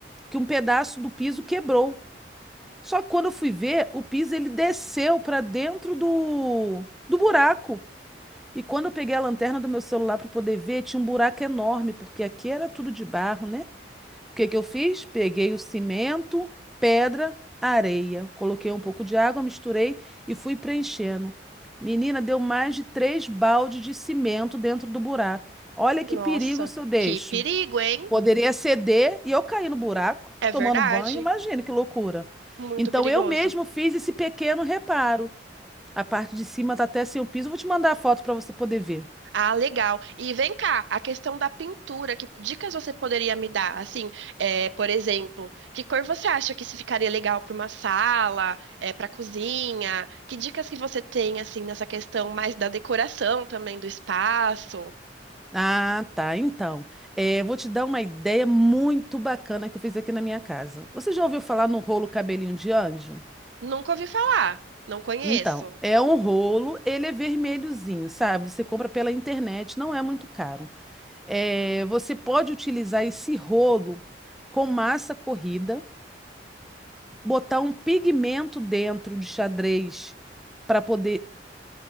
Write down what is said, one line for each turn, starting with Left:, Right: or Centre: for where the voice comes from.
Centre: que um pedaço do piso quebrou. Só que quando eu fui ver, o piso ele desceu para dentro do, do buraco. E quando eu peguei a lanterna do meu celular para poder ver, tinha um buraco enorme, porque aqui era tudo de barro, né? O que que eu fiz? Peguei o cimento, pedra, areia. Coloquei um pouco de água, misturei e fui preenchendo. Menina, deu mais de três baldes de cimento dentro do buraco. Olha que
Right: Nossa,
Centre: perigo se eu deixo.
Right: que perigo, hein?
Centre: Poderia ceder e eu cair no buraco,
Right: É
Centre: tomando
Right: verdade,
Centre: banho. Imagine que loucura.
Right: muito
Centre: Então,
Right: perigoso.
Centre: eu mesmo fiz esse pequeno reparo. A parte de cima está até sem o piso. Eu Vou te mandar a foto para você poder ver.
Right: Ah, legal. E vem cá, a questão da pintura, que dicas você poderia me dar? Assim, é, por exemplo, que cor você acha que se ficaria legal para uma sala, para cozinha? Que dicas que você tem assim nessa questão mais da decoração também do espaço?
Centre: Ah, tá. Então, eh, vou te dar uma ideia muito bacana que eu fiz aqui na minha casa. Você já ouviu falar no rolo cabelinho de anjo?
Right: Nunca ouvi falar, não conheço.
Centre: Então, é um rolo, ele é vermelhozinho, sabe? Você compra pela internet, não é muito caro. Eh, você pode utilizar esse rolo com massa corrida. botar um pigmento dentro de xadrez para poder